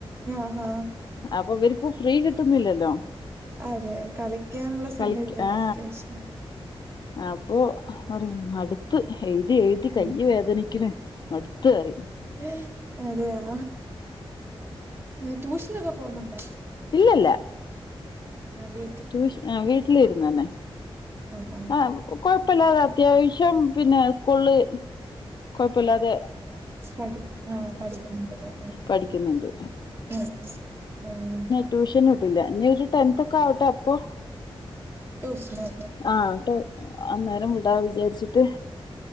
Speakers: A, on the right; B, on the left.
A: ആഹാ
B: അപ്പൊ ഇവർക്ക് ഫ്രീ കിട്ടുന്നില്ലല്ലോ.
A: അതെ കളിക്കാനുള്ള സമയല്ലേ
B: കളിക്ക ആ
A: വെക്കേഷൻ.
B: അപ്പൊ പറി മടുത്ത് എഴ്തി എഴ് ക്ക് കയ്യ്
A: ഉം
B: വേദനിക്ക്ണ് മടുത്ത് ആറി.
A: ങേ അതെയാ. എ ട്യൂഷനൊക്കെ പോകുന്നുണ്ടോ?
B: ഇല്ലല്ല.
A: അവി
B: ട്യൂഷ വീട്ടില് ഇരുന്നന്നെ
A: ആഹ് ആഹ്
B: ആ. കൊഴപ്പില്ലാതെ അത്യാവശ്യം പിന്നെ സ്കൂൾല് കൊഴപ്പില്ലാതെ.
A: പഠിപ്പി ആഹ പഠിക്കുന്നുണ്ട്ല്ലെ
B: പഠിക്കുന്നുണ്ട്
A: ആ ആ. ഉം.
B: ട്യൂഷന് വിട്ടില്ല ഇനി ഒരു ടെൻത് ഒക്കെ ആവട്ടെ അപ്പൊ
A: ട്യൂഷന്.
B: ആ ട്ടോ അന്നേരം വിടാ വിചാരിച്ചിട്ട്.